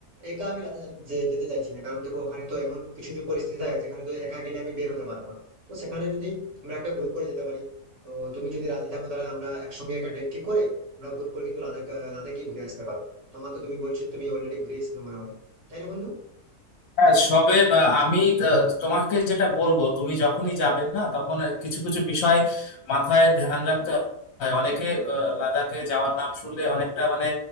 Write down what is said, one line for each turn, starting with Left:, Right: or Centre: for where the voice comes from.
Right: একা আমি রাতে যা- যে- যেতে চাইছি না কারণ দেখো ওখানে তো এমন কিছু কিছু পরিস্থিতি থাকে যেখানে তো একা গেলে আমি বের হতে পারবো না তো সেখানে যদি আমরা একটা গ্রুপ করে যেতে পারি তো তুমি যদি রাজি থাকো তাহলে আমরা একসঙ্গে একটা ডেট ঠিক করে আমরা গ্রুপ করে কিন্তু লাদাখ আহ, লাদাখ গিয়ে ঘুরে আসতে পারি তোমার তো তুমি বলছো তুমি অলরেডি ঘুরে এসেছো মনে হয় তাই না বন্ধু
Left: হ্যাঁ সবে আহ, আমি আহ, তোমাকে যেটা বলবো তুমি যখনই যাবে না তখন কিছু কিছু বিষয় মাথায় ধ্যান রাখতে হয় অনেকে আহ, লাদাখে যাওয়ার নাম শুনলে অনেকটা মানে